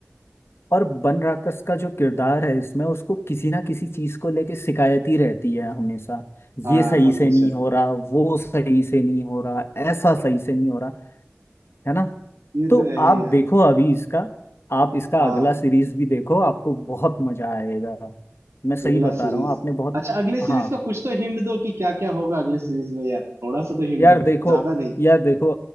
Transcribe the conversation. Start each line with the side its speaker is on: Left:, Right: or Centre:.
Left: और बन राकस का जो किरदार है इसमें उसको किसी ना किसी चीज को लेके शिकायत ही रहती है हमेशा
Right: हाँ
Left: ये सही
Right: हमेशा
Left: से नहीं हो रहा वो सही से नहीं हो रहा ऐसा सही से नहीं हो रहा है ना
Right: ये
Left: तो
Right: तो है
Left: आप
Right: ही यार
Left: देखो अभी इसका आप इसका
Right: हाँ
Left: अगला सीरीज भी देखो आपको बहुत मजा आएगा मैं सही
Right: अगला
Left: बता
Right: सीरीज
Left: रहा हूँ आपने बहुत
Right: अच्छा अगले सीरीज
Left: हाँ
Right: का कुछ तो हिंट दो कि क्या क्या होगा अगले सीरीज में यार थोड़ा सा तो हिंट
Left: यार
Right: दो
Left: देखो
Right: ज्यादा नहीं
Left: यार देखो